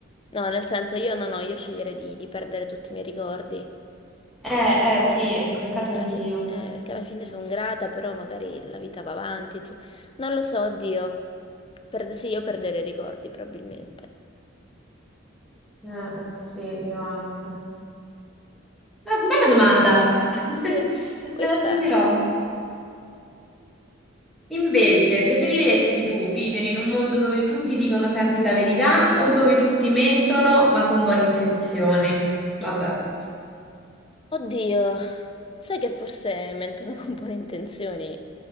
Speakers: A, on the left (about 25°); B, in the centre.
A: No, nel senso io no, no, io sceglierei di, di perdere tutti i miei ricordi.
B: eh, eh, sì, in
A: Perché
B: quel caso
A: alla
B: anch'io.
A: fine, eh, perché alla fine sono grata, però magari la vita va avanti, insomma. Non lo so, oddio. Per- Sì, io perderei i ricordi probabilmente.
B: Eh, eh, sì, io anche. Ah, bella domanda. <laughs>
A: Sì, questa...
B: Me la segnerò. Invece, preferiresti tu vivere in un mondo dove tutti dicono sempre la verità o dove tutti mentono ma con buone intenzioni? Vabbè,
A: Oddio, sai che forse mentono con buone intenzioni,